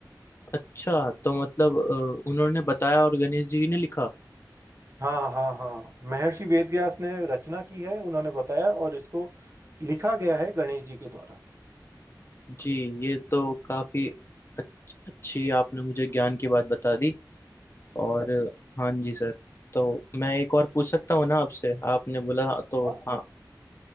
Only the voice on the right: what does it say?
हाँ हाँ हाँ महर्षि वेदव्यास ने रचना की है उन्होंने बताया और इसको लिखा गया है गणेश जी के द्वारा
हाँ